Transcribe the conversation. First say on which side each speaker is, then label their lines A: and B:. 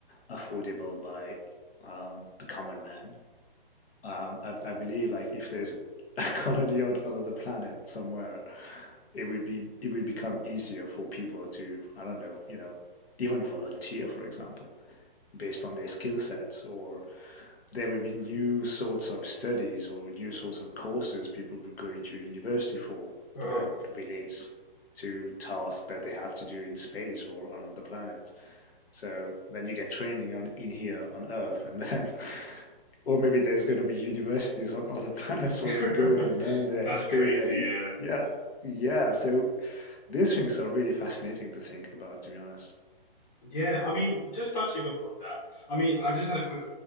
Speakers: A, on the left; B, on the left.
A: affordable by um, the common man. Um, I, I believe like if there's <laughs> a colony on another planet somewhere, it will be it will become easier for people to, I don't know, you know, even volunteer, for example, based on their skill sets or there would be new sorts of studies or new sorts of courses people would go into university for
B: Uh-huh.
A: that relates to tasks that they have to do in space or on other planets. So then you get training on in here on Earth, and then, <laughs> or maybe there's going to be universities on other <laughs> planets
B: <laughs>
A: where you go and learn there
B: That's
A: and stay
B: crazy.
A: there. Yeah, yeah.
B: Yeah.
A: So these things are really fascinating to think about, to be honest.
B: Yeah, I mean, just touching upon that, I mean, I just had a quick